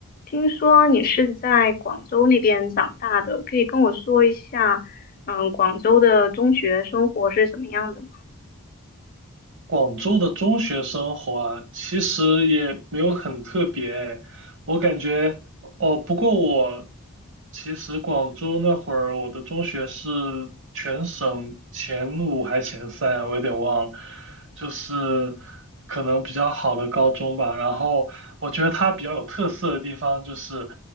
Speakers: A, on the left (about 40°); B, on the right (about 60°).
A: 听说你是在广州那边长大的，可以跟我说一下，嗯，广州的中学生活是怎么样的吗？
B: 广州的中学生活啊，其实也没有很特别诶我感觉，哦，不过我其实广州那会儿，我的中学是全省前五还前三啊，我有点忘了，就是可能比较好的高中吧。然后我觉得它比较有特色的地方就是，